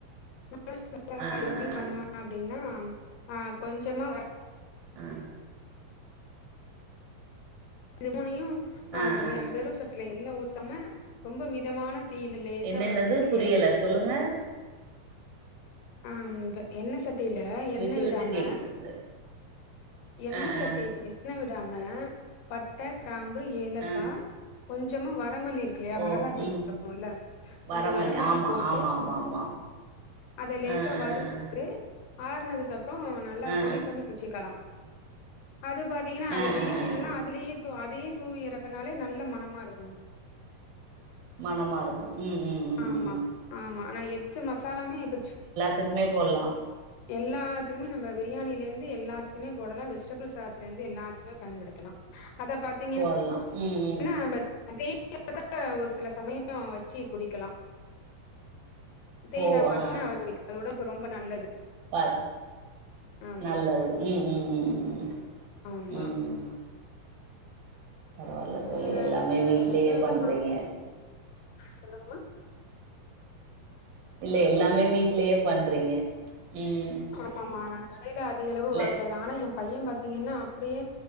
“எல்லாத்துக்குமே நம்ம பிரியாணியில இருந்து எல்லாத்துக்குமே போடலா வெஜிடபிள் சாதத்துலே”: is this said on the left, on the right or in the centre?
Left